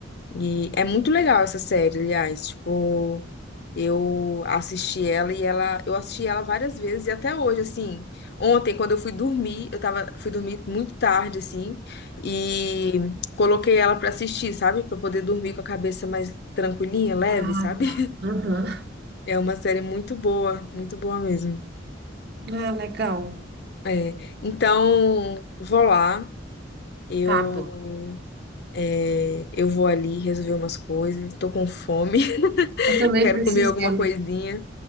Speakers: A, on the left (about 55°); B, on the right (about 55°).
A: E é muito legal essa série, aliás. Tipo, Eu assisti ela e ela, eu assisti ela várias vezes e até hoje, assim, ontem quando eu fui dormir, eu tava, fui dormir muito tarde, assim, e coloquei ela pra assistir, sabe? Pra poder dormir com a cabeça mais tranquilinha, leve,
B: Ah,
A: sabe?
B: tá.
A: <laughs>
B: Aham.
A: É uma série muito boa, muito boa mesmo.
B: Ah, legal.
A: É, então, vou lá, eu,
B: Tá bom.
A: é, eu vou ali resolver umas coisas, tô com fome, <laughs>
B: Eu também
A: quero
B: preciso
A: comer alguma
B: ir ali,
A: coisinha.